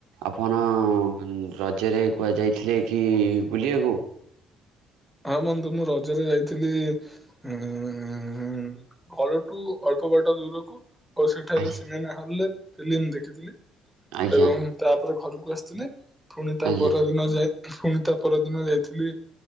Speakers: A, on the right (about 85°); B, in the centre.
A: ଆପଣ ରଜରେ କୁଆଯାଇଥିଲେ କି ବୁଲିବାକୁ?
B: ହଁ ବନ୍ଧୁ ମୁଁ ରଜରେ ଯାଇଥିଲି ହୁଁ ହୁଁ ହୁଁ ଘଲ ଟୁ ଅଳ୍ପ ବଟା ଦୂରଖୁ ଆଉ ସେଠାରେ
A: ଆଜ୍ଞା
B: ସିନେମା ହଲ ରେ ଫିଲ୍ମ ଦେଖିଥିଲି
A: ଆଜ୍ଞା
B: ଏବଂ ତାପରେ ଘରକୁ ଆସିଥିଲି ପୁଣି ତା
A: ଆଜ୍ଞା
B: ପରଦିନ ଯାଇ ପୁଣି ତା ପରଦିନ ଯାଇଥିଲି